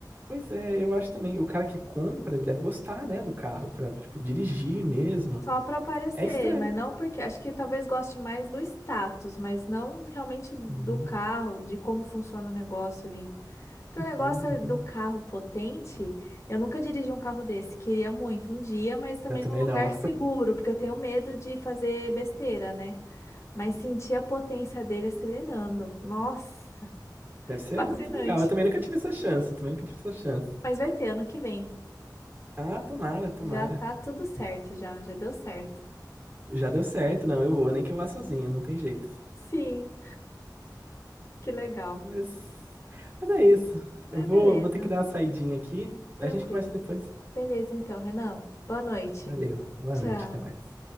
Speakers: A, on the right; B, on the left.
A: Pois é, eu acho também, o cara que compra, ele deve gostar, né, do carro, pra, tipo, dirigir mesmo.
B: Só para aparecer,
A: É estranho.
B: mas não porque acho que talvez goste mais do status, mas não realmente do
A: Uhum,
B: carro, de como funciona o negócio ali. Porque
A: uhum,
B: o negócio é
A: uhum.
B: do carro potente, eu nunca dirigi um carro desse, queria muito um dia, mas também
A: Eu também
B: num lugar
A: não.
B: seguro, porque eu tenho medo de fazer besteira, né? Mas sentir a potência dele acelerando. Nossa.
A: Deve ser
B: Fascinante.
A: muito legal. Eu também nunca tive essa chance, eu também nunca tive essa chance.
B: Mas vai ter ano que vem.
A: Ah, tomara, tomara.
B: Já tá tudo certo, já, já deu certo.
A: Já deu certo, não, eu vou, nem que eu vá sozinho, não tem jeito.
B: Sim, que legal.
A: Mas, mas é isso.
B: Mas
A: Eu vou,
B: beleza,
A: vou ter que dar uma saidinha aqui.
B: tranquilo.
A: A gente conversa depois.
B: Beleza então, Renan. Boa noite.
A: Valeu. Boa
B: Tchau.
A: noite. Até mais.